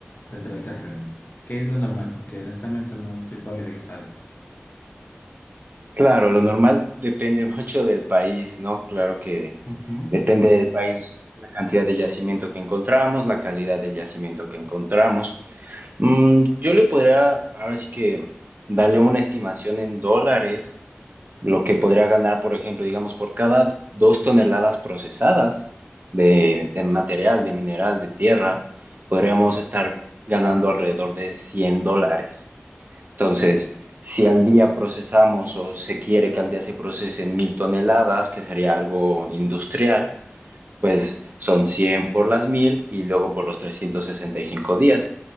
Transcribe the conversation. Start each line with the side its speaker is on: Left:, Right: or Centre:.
Left: dentro del terreno? ¿Qué es lo normal? Porque honestamente no estoy familiarizado.
Right: Claro, lo normal depende <laughs> mucho del país, ¿no? Claro que
Left: Ujú.
Right: Depende del país, la cantidad de yacimiento que encontramos, la calidad del yacimiento que encontramos. Mm, yo le podría, ahora sí que, darle una estimación en dólares, lo que podría ganar, por ejemplo, digamos, por cada dos toneladas procesadas de, de material, de mineral, de tierra, podríamos estar ganando alrededor de 100 dólares. Entonces, si al día procesamos o se quiere que al día se procesen mil toneladas, que sería algo industrial, pues son 100 por las 1000 y luego por los 365 días.